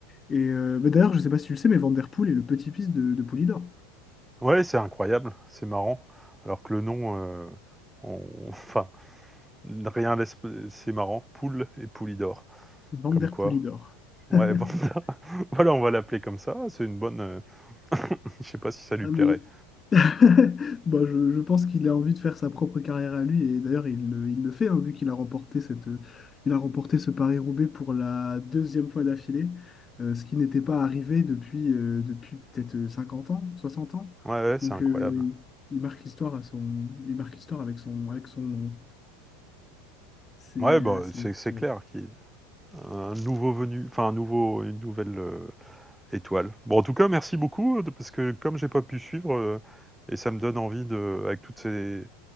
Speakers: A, on the left (about 25°); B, in the centre.
A: Et euh, bah, d'ailleurs, je sais pas si tu le sais, mais Van Der Poel est le petit-fils de, de Poulidor.
B: Ouais, c'est incroyable, c'est marrant alors que le nom, heu, on <laughs> enfin Rien laisse. C'est marrant. Poule et Poulidor.
A: Van
B: Comme
A: Der
B: quoi.
A: Poulidor. <laughs>
B: Ouais, Vanda. <laughs> voilà, on va l'appeler comme ça. C'est une bonne. euh, <laughs> Je sais pas si ça lui
A: Ah,
B: plairait.
A: mais <laughs> bah, je, je pense qu'il a envie de faire sa propre carrière à lui, et d'ailleurs, il, le- il le fait, hein, vu qu'il a remporté cette, il a remporté ce Paris-Roubaix pour la deuxième fois d'affilée, euh, ce qui n'était pas arrivé depuis, euh, depuis peut-être euh, 50 ans, 60 ans.
B: Ouais, ouais, c'est
A: Donc,
B: incroyable.
A: euh, il marque l'histoire à son, il marque l'histoire avec son, avec son nom. C'est
B: Ouais,
A: euh,
B: bah,
A: c'est
B: c'est
A: exceptionnel.
B: c'est clair qu'il y a un nouveau venu, enfin un nouveau, une nouvelle euh, étoile. Bon, en tout cas, merci beaucoup euh, de- parce que comme j'ai pas pu suivre euh, et ça me donne envie de, avec toutes ces,